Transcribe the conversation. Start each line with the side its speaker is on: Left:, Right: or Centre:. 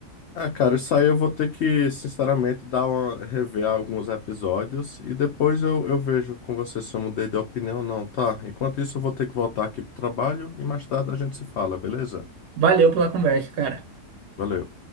Left: Ah, cara, isso aí eu vou ter que, sinceramente, dar uma, rever alguns episódios e depois eu, eu vejo com você se eu mudei de opinião ou não, tá? Enquanto isso, eu vou ter que voltar aqui pro trabalho e mais tarde a gente se fala, beleza?
Right: Valeu pela conversa, cara.
Left: Valeu.